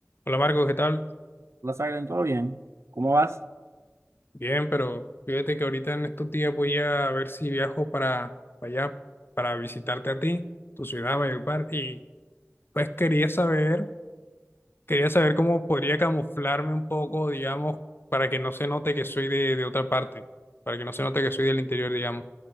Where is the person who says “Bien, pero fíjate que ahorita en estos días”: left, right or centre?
Left